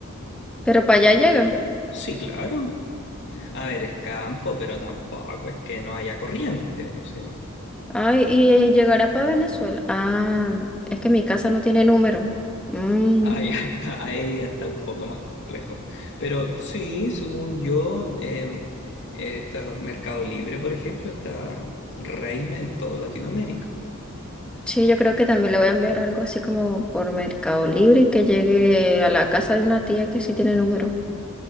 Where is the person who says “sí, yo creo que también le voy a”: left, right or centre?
Centre